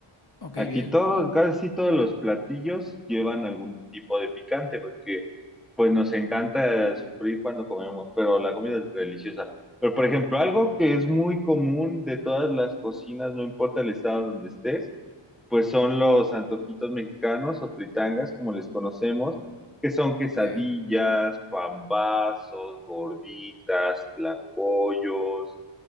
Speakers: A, on the left (about 50°); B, in the centre.
A: Ok,
B: Aquí
A: bien.
B: todos, casi sí todos los platillos llevan algún tipo de picante, porque pues nos encanta sufrir cuando comemos, pero la comida es deliciosa. Pero por ejemplo, algo que es muy común de todas las cocinas, no importa el estado donde estés, pues son los antojitos mexicanos o fritangas, como les conocemos, que son quesadillas,
A: Ok.
B: pambazos, gorditas, tlacoyos,